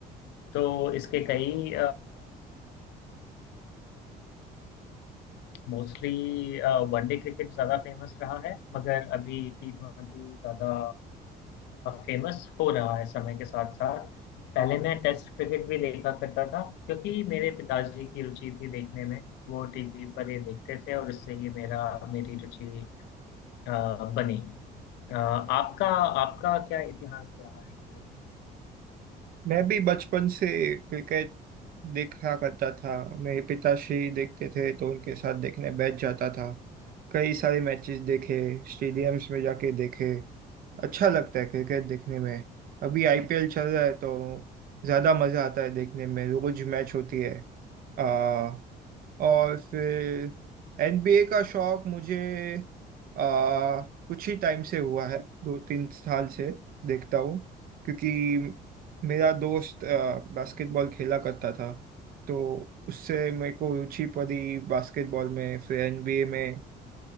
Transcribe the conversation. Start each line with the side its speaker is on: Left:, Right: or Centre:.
Left: तो इसके कई मोस्टली वनडे क्रिकेट ज़्यादा फेमस रहा है मगर अभी टी ट्वेंटी ज़्यादा फेमस हो रहा है समय के साथ साथ पहले मैं टेस्ट क्रिकेट भी देखा करता था क्योंकि मेरे पिताजी की रुचि थी देखने में वो टीवी पर ये देखते थे और इससे ही मेरा मेरी रुचि अ, बनी अ, आपका आपका क्या इतिहास रहा है खेल में?
Right: मैं भी बचपन से क्रिकेट देखा करता था मेरे पिताश्री देखते थे तो उनके साथ देखने बैठ जाता था कई सारे मैचेस देखे स्टेडियम्स में जाके देखे अच्छा लगता है क्रिकेट देखने में अभी आईपीएल चल रहा है तो ज़्यादा मज़ा आता है देखने में रोज मैच होती है आ, और फिर एनबीए का शौक मुझे आ, कुछ ही टाइम से हुआ है दो तीन साल से देखता हूँ क्योंकि मेरा
Left: Okay
Right: दोस्त बास्केटबॉल खेला करता था तो उससे मेरे को रुचि पड़ी बास्केटबॉल में फिर एनबीए में